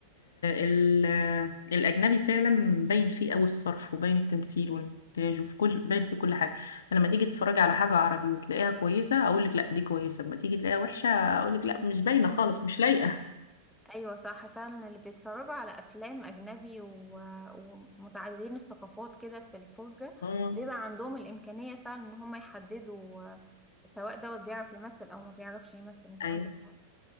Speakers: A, on the left; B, in the centre.
A: ال- آه، الأجنبي فعلا باين فيه أوي الصرف وباين التمثيل والإنتاج وفي كل باين في كل حاجة فلما تيجي تتفرجي على حاجة عربي وتلاقيها كويسة أقول لك لا دي كويسة لما تيجي تلاقيها وحشة أقول لك لا مش باينة خالص مش لايقة
B: ايوه صح فعلا اللي بيتفرجوا على افلام اجنبي و... ومتعددين الثقافات كده في الفرجه
A: مم.
B: بيبقى عندهم الامكانيه فعلا ان هم يحددوا آه، سواء دوت بيعرف يمثل او ما بيعرفش يمثل انت
A: أيوة
B: عندك حق